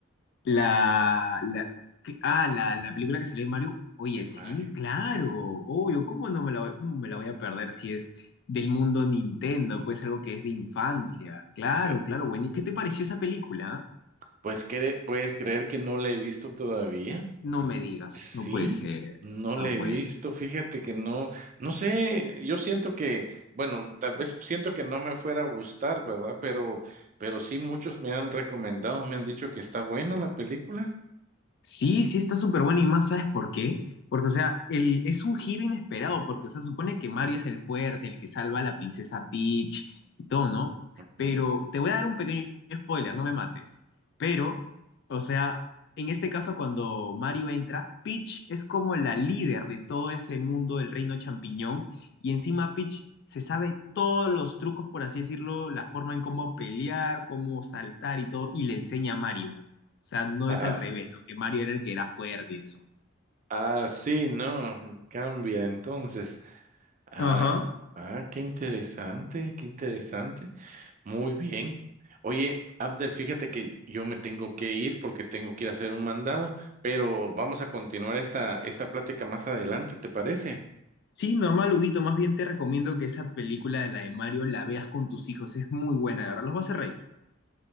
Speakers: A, on the left; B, on the right.
A: La, la, ¿qué? ah, la, la película que salió de Mario. Oye,
B: De Mario.
A: sí, claro, obvio. ¿Cómo no me la voy, cómo me la voy a perder si es del mundo Nintendo? Pues algo que es de infancia. Claro,
B: Eh,
A: claro, bueno. ¿Y qué te pareció esa película?
B: Pues, cre- ¿puedes creer que no la he visto todavía?
A: No me digas.
B: Sí,
A: No puede ser.
B: no le
A: No puede
B: he visto, fíjate que no, no sé, yo siento que, bueno, tal vez siento que no me fuera a gustar, ¿verdad? Pero, pero sí muchos me han recomendado, me han dicho que está buena la película.
A: Sí, sí está súper bueno y más, ¿sabes por qué? Porque, o sea, el, es un giro inesperado, porque, o sea, supone que Mario es el fuerte, el que salva a la princesa Peach y todo, ¿no? Pero
B: Ujú.
A: te voy a dar un pequeño spoiler, no me mates. Pero, o sea, en este caso, cuando Mario entra, Peach es como la líder de todo ese mundo del reino champiñón y encima Peach se sabe todos los trucos, por así decirlo, la forma en cómo pelear, cómo saltar y todo, y le enseña a Mario. O sea, no
B: Ajá.
A: es al revés, ¿no? Que Mario era el que era fuerte y eso.
B: Ah, sí, no, cambia entonces. Ah,
A: Ajá.
B: ah, qué interesante, qué interesante. Muy bien. Oye, Abdel, fíjate que yo me tengo que ir porque tengo que ir a hacer un mandado, pero vamos a continuar esta, esta plática más adelante, ¿te parece?
A: Sí, normal, Huguito, más bien te recomiendo que esa película de la de Mario la veas con tus hijos, es muy buena, de verdad, los vas a hacer reír.